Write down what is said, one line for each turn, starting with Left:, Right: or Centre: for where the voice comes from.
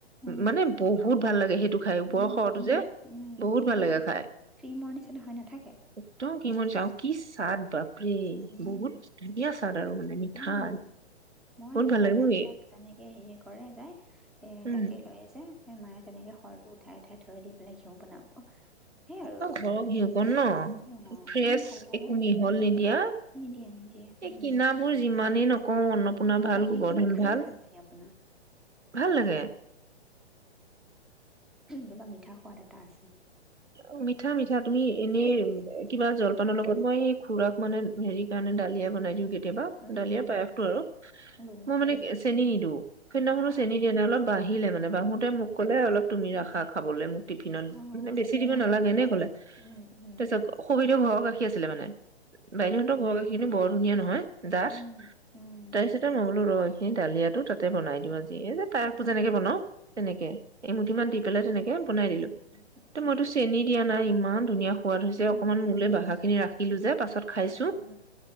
Centre: উম
Right: মানে বহুত বহুত ভাল লাগে হে খাই ওপৰৰ
Centre: উম
Right: সৰটো
Centre: উম
Right: যে
Centre: উম
Right: বহুত
Centre: কিবা
Right: ভাল লাগে খাই
Centre: ক্ৰীমৰ নিচিনা হয় নাথাকে
Right: <unintelligible> মোৰ যাওঁ কি স্বাদ বা! প্ৰি,
Centre: উম
Right: বহুত ধুনীয়া স্বাদ‌ আৰু মানে। মিঠা
Centre: উম মই
Right: বহুত
Centre: হেই
Right: ভাল
Centre: ঘৰলৈ
Right: লাগে
Centre: আহিলে <unintelligible> এই হেৰি কৰে যায় এ
Right: উম
Centre: গাখীৰ লৈ যে। সে মায়ে তেনেকে সৰটো উঠাই উঠাই থৈ দি পেলাই ঝউ বনাব। সেই আৰু
Right: অ ঘৰক ঘিহকন
Centre: ঘিউখিনি
Right: ন
Centre: খাই অ
Right: ফ্ৰেচ
Centre: ইমান ভাল লাগে
Right: একো মিহল নিদিয়া এই
Centre: নিদিয়ে নিদিয়ে উম
Right: কিনাাবোৰ যিমানেই ন অ পূৰ্ণা ভাল,
Centre: গাখীৰ
Right: গোবৰ্ধন
Centre: খিনি খায়ো
Right: ভাল,
Centre: লাগে আপোনাৰ
Right: ভাল লাগে।
Centre: কিবা মিঠা সোৱাদ এটা আছে।
Right: উম মিট <unintelligible> ঠা মিঠা তুমি এনেই কিবা জলপানৰ লগত মই সেই খুৰাক মানে হেৰি কাৰণে দালিয়া বনাই দিওঁ গে। কেতিয়াবা
Centre: উম
Right: দালিয়
Centre: উম
Right: পায়সতটো আৰু,
Centre: বুজিছো
Right: মই মানে চেনি নিদু সদিনাখনো
Centre: অ
Right: চেনি দিয়া নাই অলপ বঢাহিলে মানে বাহিলে মোক কলে
Centre: উম
Right: অলপ তুমি ৰাখা। খাবলৈ মোক টিফিনত
Centre: অ
Right: মানে <unintelligible> দিব
Centre: অ
Right: নালাগে এনে কলে।
Centre: উম উম
Right: তাছত <unintelligible> কি ঘৰৰ গাখিৰ আছিলে মানে, বাইদেহতৰ ঘৰৰ গাখিৰ খিনি বৰ ধুনীয়া নহয়। দাচ
Centre: উম উম
Right: তাৰপিছতে মইাকলো ৰ সেই দালিয়াাতো তাক ততে বনাই দিও আজি এই যে তায়কো
Centre: উম অ
Right: যেনেকে বনাও তেনেকে। এমুঠি মান
Centre: হয়
Right: দি কলে তেনেকে
Centre: দিয়ক
Right: বনাই দিলো
Centre: উম
Right: ত মইতো চেনি দিয়া নাই ইমা ইমান ধুনীয়া সোৱাদ হৈছে
Centre: উম
Right: অকনমান মোলে বাহা খিনি ৰাখিলো যে। ছত খাইছো।
Centre: উম